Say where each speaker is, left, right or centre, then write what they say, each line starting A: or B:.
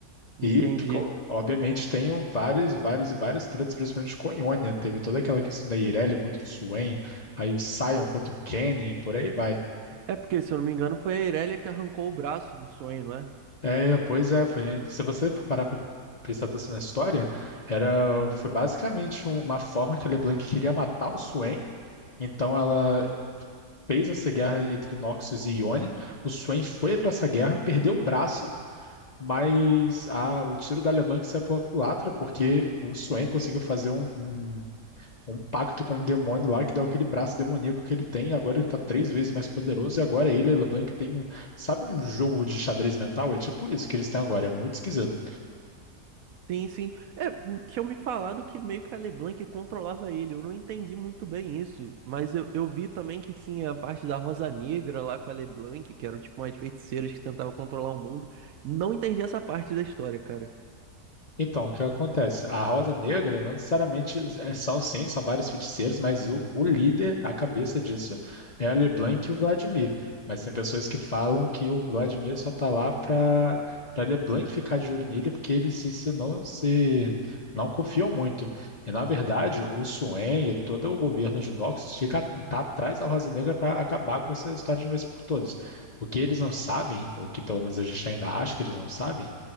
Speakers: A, on the right (about 70°); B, on the left (about 50°).
A: Entendi.
B: E, ficou- obviamente, tenho vários, vários e vários tretas, principalmente com Ionia. Teve toda aquela questão da Irelia contra o Swain, aí o Sion contra o Kenny e por aí vai.
A: É porque, se eu não me engano, foi a Irelia que arrancou o braço do sonho, não é?
B: É, pois é, foi- se você for parar pra prestar atenção na história, era, foi basicamente um- uma forma que a LeBlanc queria matar o Swain, então ela fez essa guerra entre Noxus e Ionia, o Swain foi pra essa guerra, perdeu o braço, mas a- o tiro da LeBlanc saiu pela culatra, porque o Swain conseguiu fazer um, um- um pacto com um demônio lá que dá aquele braço demoníaco que ele tem. Agora ele tá três vezes mais poderoso e agora ele, Elobank, tem um. Sabe um jogo de xadrez mental? É tipo isso que eles têm agora. É muito esquisito.
A: Sim, sim. É, hum, tinham me falado que meio que a LeBlanc controlava ele. Eu não entendi muito bem isso. Mas eu, eu vi também que tinha a parte da Rosa Negra lá com a LeBlanc, que eram tipo umas feiticeiras que tentavam controlar o mundo. Não entendi essa parte da história, cara.
B: Então, o que acontece? A Rosa Negra não necessariamente é- são, sim, são vários feiticeiros, mas o, o líder, a cabeça disso, é a LeBlanc e o Vladimir. Mas tem pessoas que falam que o Vladimir só tá lá para para LeBlanc ficar de olho nele, porque eles se, se não se não confiam muito. E na verdade, o Suen e todo o governo de Noxus fica tá atrás da Rosa Negra para acabar com essa história de uma vez por todas. O que eles não sabem, ou que pelo menos a gente ainda acha que eles não sabem